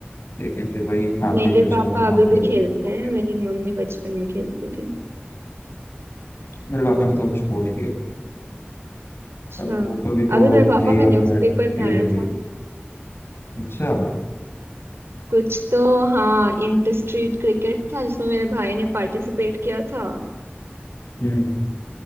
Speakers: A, on the left (about 65°); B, on the right (about 85°).
A: लेकिन फिर वही फैमिली
B: मेरे
A: प्रेशर
B: पापा
A: है ना
B: अभी भी
A: फिर
B: खेलते
A: हो गया
B: हैं मेरी मम्मी बचपन में खेलती थी
A: मेरे पापा ने तो अब छोड़ ही दिया
B: अच्छा
A: अब वो भी तो
B: अभी मेरे पापा
A: यही
B: का न्यूज़पेपर
A: आता है
B: में आया
A: एज हो
B: था
A: गई है। अच्छा
B: कुछ तो हाँ इंटर स्ट्रीट क्रिकेट था जिसमें मेरे भाई ने पार्टिसिपेट किया था
A: हम्म,